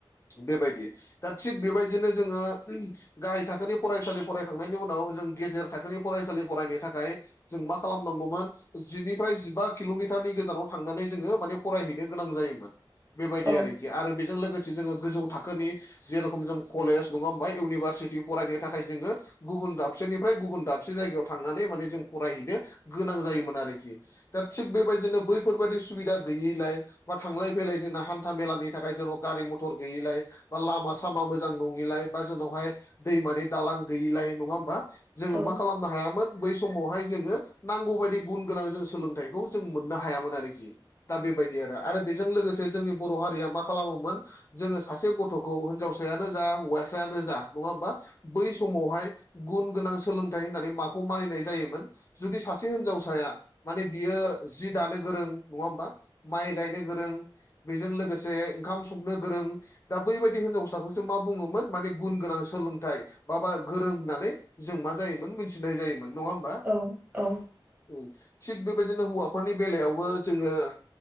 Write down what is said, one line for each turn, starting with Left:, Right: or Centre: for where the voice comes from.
Left: बेबायदि दा थिग बेबायदिनो जोङो गाहाय थाखोनि फरायसालि फरायखांनायनि उनाव जों गेजेर थाखोनि फरायसालि फरायनो थाखाय जों मा खालामनांगौमोन जिनिफ्राय जिबा किल'मिटारनि गोजानाव थांनानै जोङो माने फरायहैनो गोनां जायोमोन। बेबायदि
Right: औ
Left: आरोखि आरो बेजों लोगोसे जोङो गोजौ थाखोनि जेरेखम जों कलेज नङा होमबा इउनिभारसिटि फरायनो थाखाय जोङो गुबुन दाबसेनिफ्राय गुबुन दाबसे जायगायाव थांनानै माने जों फरायहैनो गोनां जायोमोन आरोखि दा थिग बेबायदिनो बै फोरबादि सुबिदा गैयैलाय बा थांलाय फैलाय जोंना हान्था मेलानि थाखाय जेन' गारि मथर गैयिलाय बा लामा सामा मोजां नङिलाय बा जोंनावहाय दैमानि दालां गैयिलाय नङा होमबा जोङो
Right: हागोन
Left: मा खालामनो हायामोन बै समावहाय जोङो नांगौ बायदि गुन गोनां जों सोलोंथाइखौ जों मोननो हायामोन आरोखि। दा बेबायदि आरो आरो बेजों लोगोसे जोंनि बर' हारिया मा खालामोमोन जोङो सासे गथ'खौ हिनजावसायानो जा हौवासायानो जा नङा होमबा? बै समावहाय गुन गोनां सोलोंथाइ होननानै माखौ मानिनाय जायोमोन जुदि सासे हिनजावसाया माने बियो जि दानो गोरों नङा होमबा? माइ गायनो गोरों, बेजों लोगोसे ओंखाम संनो गोरों, दा बैबायदि हिनजावसाखौसो मा बुङोमोन माने गुन गोनां सोलोंथाइ माबा गोरों होननानै जों मा जायोमोन मिथिनाय जायोमोन नङा होम
Right: औ औ।
Left: औ थिग बेबायदिनो हौवाफोरनि बेलायावबो जोङो